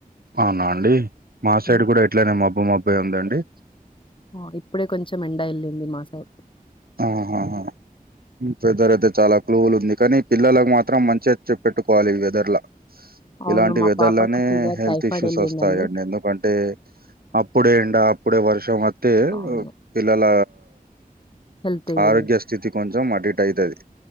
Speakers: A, on the right (about 75°); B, on the left (about 35°).
A: అవునా అండి మా సైడ్
B: ఉమ్.
A: కూడా ఎట్లనే మబ్బు మబ్బీ ఉందండి
B: ఓ ఇప్పుడే కొంచం ఎండ వెళ్ళింది మా సైడ్
A: ఆహాహా వెదర్ అయితే చాలా కూల్ ఉంది కానీ పిల్లలకు మాత్రం మంచిగా చెప్పెట్టుకోవాలి వెదర్ ల
B: అవును.
A: ఇలాంటి
B: మా
A: వేదర్లానే
B: పాపకి ఫీవర్,
A: హెల్త్
B: టైఫాయిడ్
A: ఇష్యూస్
B: ఎళ్ళిందండి.
A: వస్తాయండి ఎందుకంటే అప్పుడే ఎండా అప్పుడే వర్షం వతే
B: అవును.
A: పిల్లల
B: హెల్త్ ఇదే.
A: ఆరోగ్య స్థితి కొంచెం అటు ఇటు అయితది